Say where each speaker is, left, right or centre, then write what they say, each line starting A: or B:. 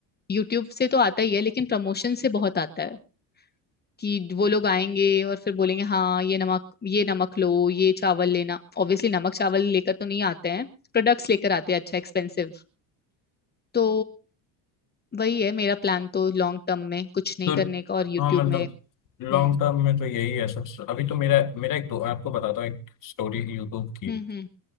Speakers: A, on the left; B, on the left.
A: यूट्यूब से तो आता ही है लेकिन प्रमोशन से बहुत आता है कि वो लोग आएंगे और फिर बोलेंगे हाँ ये नमक ये नमक लो ये चावल लेना ऑब्वियसली नमक चावल लेकर तो नहीं आते हैं प्रोडक्ट्स लेकर आते हैं अच्छा एक्सपेंसिव तो वही है मेरा प्लान तो लॉन्ग टर्म में कुछ नहीं
B: तो
A: करने का और यूट्यूब
B: हाँ मतलब
A: में हम्म
B: लॉन्ग टर्म में तो यही है सबसे अभी तो मेरा मेरा एक दो आपको बताता हूँ एक स्टोरी यूट्यूब की
A: हम्म हम्म